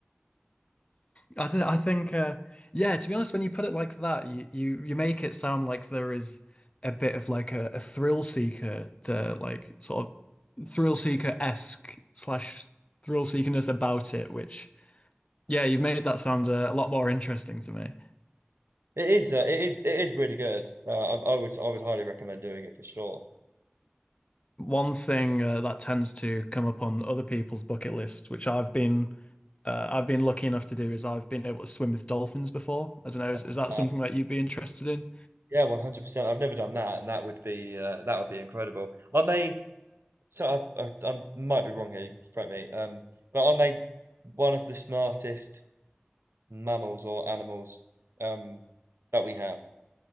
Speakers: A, on the left; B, on the right.
A: I don't know, I think uh yeah, to be honest, when you put it like that, you you, you make it sound like there is a bit of like a, a thrill seeker to like sort of thrill seeker-esque slash thrill seekerness about it, which yeah, you've made that sound uh, a lot more interesting to me.
B: It is uh, it is it is really good. Uh, I, I would I would highly recommend doing it for sure.
A: One thing uh, that tends to come up on other people's bucket list, which I've been uh, I've been lucky enough to do, is I've been able to swim with dolphins before. I don't know,
B: Oh
A: is, is that
B: wow.
A: something that you'd be interested in?
B: Yeah, 100%. I've never done that, and that would be uh, that would be incredible. I may so I, I, I might be wrong here, you can correct me. Um, but I may one of the smartest mammals or animals um that we have.